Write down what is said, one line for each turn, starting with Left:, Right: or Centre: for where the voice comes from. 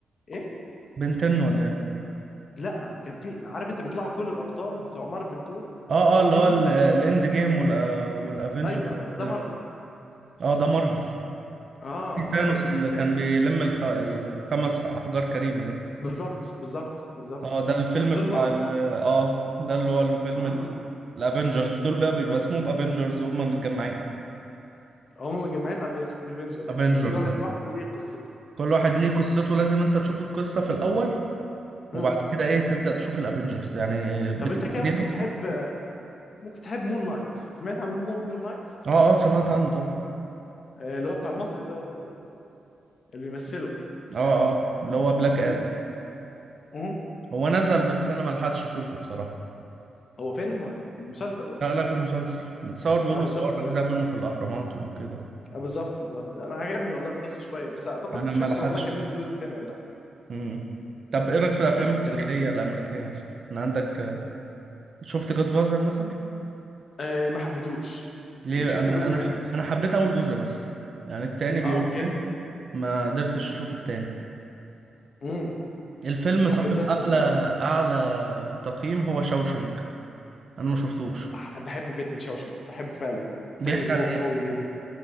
Left: ايه
Right: بنتين ولا ايه
Left: لا كان في عارف انت بيطلعوا كل الابطال بتوع مارفل دول
Right: اه
Left: مع بعضيهم
Right: اه اللي هو ال- الاند جيم وال- والافنجرز
Left: ايوه أيوة،
Right: وبتاع.
Left: ده مارفل
Right: اه ده مارفل
Left: اه
Right: في
Left: اوكي
Right: ثانوس اللي
Left: اوكي
Right: كان بيلم الخ... الخمس احجار كريمة ده
Left: بالظبط بالظبط بالظبط
Right: اه ده الفيلم
Left: دول
Right: بتاع
Left: مارفل
Right: ال... اه ده اللي هو الفيلم
Left: اه
Right: ال... الافنجرز دول بقى بيبقى اسمهم افنجرز وهم متجمعين
Left: هم مجمعين افنجرز
Right: افنجرز
Left: لكن كل واحد لوحده ليه قصته
Right: كل واحد ليه قصته لازم انت تشوف القصة في الاول وبعد
Left: مم.
Right: كده ايه تبدأ تشوف الافنجرز يعني بتبتديها
Left: طب انت كده ممكن تحب ممكن تحب مون نايت سمعت عن مون مون نايت
Right: اه اه سمعت عنه طبعا
Left: آه، اللي هو بتاع المصري دوت ال- اللي بيمثله
Right: اه اه اللي هو بلاك ادم
Left: امم اهو
Right: هو نزل بس انا ملحقتش اشوفه بصراحة
Left: هو فيلم ولا مسلسل قصدي
Right: لا لا كان مسلسل متصور بيقولوا
Left: اه بالظبط
Right: صور
Left: انا
Right: اجزاء منه في الاهرامات وكده
Left: اه بالظبط بالظبط انا عجبني والله القصه شويه بس اعتقد
Right: انا
Left: مش
Right: ملحقتش
Left: فاكر والله كان
Right: اشوفه
Left: نزل الجزء الثاني ولا لا
Right: امم طب ايه رايك في الافلام
Left: مش فاكر
Right: التاريخية
Left: كان
Right: الامريكية مثلا انا عندك شفت جاد فازر مثلا
Left: آه ما حبيتوش
Right: ليه
Left: يعني شفت
Right: انا
Left: جزء
Right: انا
Left: منه بس
Right: انا
Left: ما حبيتوش
Right: حبيت اول جزء بس يعني التاني بيقول
Left: اه اوكي
Right: حلو ما قدرتش اشوف التاني
Left: امم
Right: الفيلم
Left: حبيت
Right: صاحب
Left: بس
Right: اعلى
Left: الاولاني
Right: اعلى تقييم هو شوشنج انا ما شفتوش
Left: أح- بحبه جدا شاوشنج بحبه فعلا
Right: بيحكي
Left: فيلم قو-
Right: عن ايه
Left: قوي جدا